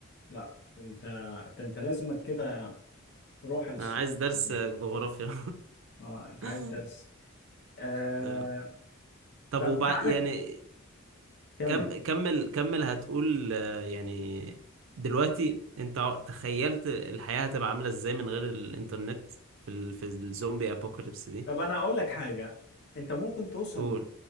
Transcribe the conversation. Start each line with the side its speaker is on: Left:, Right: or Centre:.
Left: لا انت انت أنت لازمك كده روح للصعيد
Right: انا عايز درس
Left: يعني.
Right: جغرافيا
Left: اه انت
Right: <laughs>
Left: عايز درس آه...
Right: اه طب
Left: طب
Right: وبعد
Left: تعالى
Right: يعني
Left: كمل
Right: كم كمل كمل هتقول آه، يعني دلوقتي انت تخيلت الحياة هتبقى عاملة ازاي من غير الانترنت في ال... في الزومبي ابوكاليبس دي
Left: طب انا اقول لك حاجه انت ممكن توصل
Right: قول